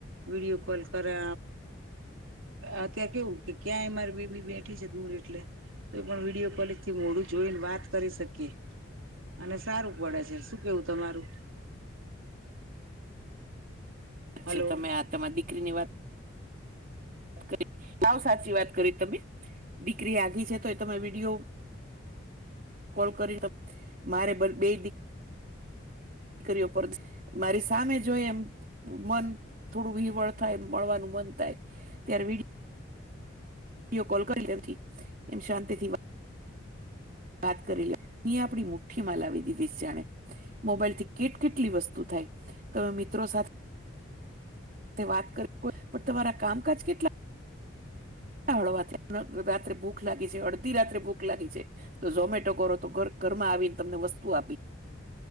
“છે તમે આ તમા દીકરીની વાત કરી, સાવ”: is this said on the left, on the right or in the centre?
Right